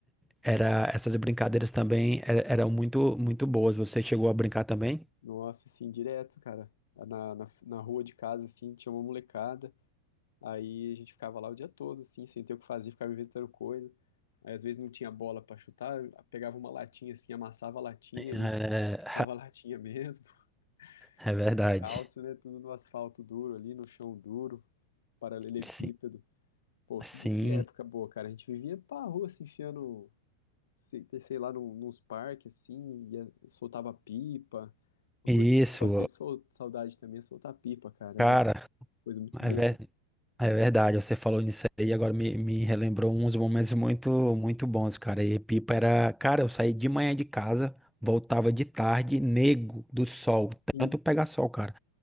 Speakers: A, in the centre; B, on the left.
A: era, essas brincadeiras também era- eram muito, muito boas. Você chegou a brincar também?
B: Nossa, assim, direto, cara. Na, na, na rua de casa, assim, tinha uma molecada. Aí a gente ficava lá o dia todo, assim, sem ter o que fazer, ficava inventando coisa. Aí às vezes não tinha bola pra chutar, pegava uma latinha assim, amassava a latinha
A: É,
B: e <laughs> chutava a latinha mesmo, <laughs>
A: <laughs> é verdade.
B: descalço, né? Tudo no asfalto duro ali, no chão duro, paralelepípedo.
A: Sim.
B: Pô,
A: Sim,
B: que, que época boa, cara. A gente vivia pra rua se enfiando, sei, sei lá, num, nos parques assim, ia, soltava pipa. Uma
A: Isso,
B: coisa que eu tenho bastante sol- saudade também é soltar pipa, cara.
A: cara,
B: Era uma coisa muito
A: é,
B: boa.
A: ver- é verdade. Você falou nisso aí, agora me, me relembrou uns momentos muito, muito bons, cara. E pipa era, cara, eu saí de manhã de casa, voltava de tarde, nego do sol,
B: Sim.
A: tanto pegar sol, cara.